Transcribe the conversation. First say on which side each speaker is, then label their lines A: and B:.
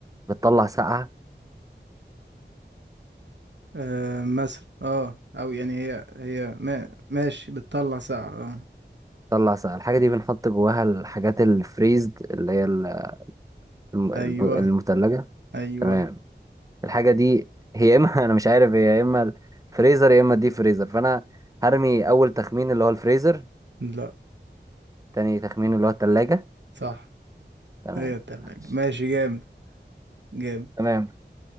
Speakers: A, on the right (about 20°); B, on the right (about 75°).
A: بتطلع سقعة
B: آه مثلا اه او يعني هي هي ما ماشي بتطلع ساعة اه
A: بتطلع سقعة الحاجة دي بنحط جواها الحاجات الفريزد اللي هي ال- الم- الم-
B: ايوه
A: المتلجة
B: ايوه
A: تمام الحاجة دي هي يا اما <laughs> انا مش عارف هي يا اما الفريزر يا اما الديب فريزر فانا هرمي اول تخمين اللي هو الفريزر
B: لا
A: تاني تخمين اللي هو التلاجة
B: صح
A: تمام
B: هي التلاجة
A: معلش.
B: ماشي جامد جامد
A: تمام